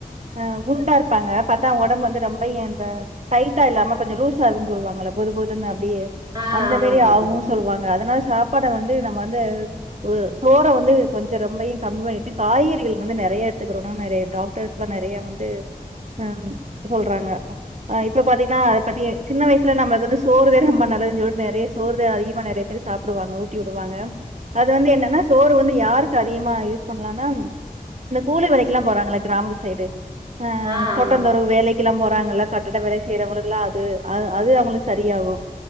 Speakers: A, on the right; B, on the right.
A: ஆஹ் குண்டா இருப்பாங்க பாத்தா ஒடம்பு வந்து ரொம்ப இந்த டைட்டா இல்லாம கொஞ்சம் லூஸா இருக்குன் சொல்லுவாங்கள பொதுபொதுன்னு டியே
B: ஆ
A: அந்த
B: ஆமாம்
A: மேரி
B: தோழி
A: ஆவுன் சொல்லுவாங்க அதனால சா ப்பாட வந்து நம்ம வந்து உ சோற வந்து கொஞ்சோ ரொம்பையு கம்மி பண்ணிட்டு காய்கறிகள் வந்து நெறைய எடுத்துக்கிறோ நெறய டாக்டர்ஸ்லா நெறய வந்து அம் சொல்றாங்க ஆஹ் இப்ப பாத்தீங்கன்னா பத்தி சின்ன வயசுல நம்ம வ சோறுதா ரொம்ப நல்லதுனு சொல்லிட்டு நெறய சோறு அதிகமா நெறய பேரு சாப்டுவாங்க ஊட்டி விடுவாங்க அது வந்து என்னனா சோறு வந்து யாருக்கு அதிகமா யூஸ் பண்ணலானா இந்த கூலி ல்லா போறாங்கள கிராமத் சைடு ஆஹ்
B: ஆ
A: தோட்டந்
B: ஆமா
A: தொறவு வேலைக்குல்லாம் போ றாங்கல்ல கட்டட வேலை செய்யறவங்களுக்குல்லா அது அ அது அவங்களுக்கு சரியாகும்